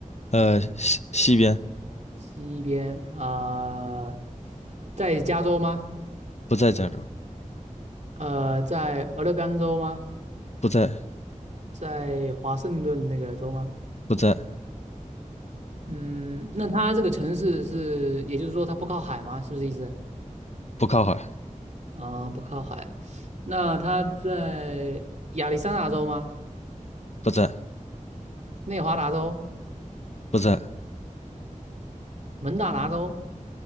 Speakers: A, on the left; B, on the right.
A: 呃，西西边，
B: 西边，呃，在加州吗？
A: 不在加州，
B: 呃，在俄勒冈州吗？
A: 不在，
B: 在华盛顿那个州吗？
A: 不在，
B: 嗯，那它这个城市是，也就是说它不靠海吗？是不是意思？
A: 不靠海，
B: 啊、不靠海。那它在亚利桑那州吗？
A: 不在，
B: 内华达州？
A: 不在，
B: 蒙大拿州，